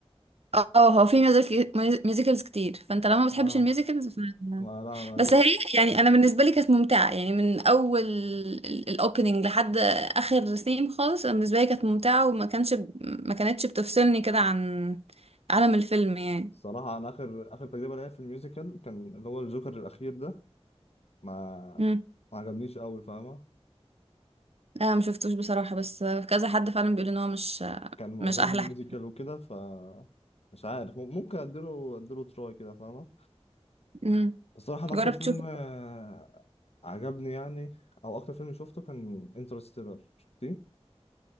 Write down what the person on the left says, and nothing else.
آه.
ما لا ما
الصراحة أنا آخر آخر تجربة ليا في الميوزيكال كان اللي هو الجوكر الأخير ده ما
ما عجبنيش قوي فاهمة
كان معظمه
ميوزيكال
وكده ف مش عارف مم- ممكن اديله اديله تراي كده فاهمة
الصراحة انا اكتر
فيلم
آه، عجبني يعني او اكتر فيلم شفته كان انترستيلر شفتيه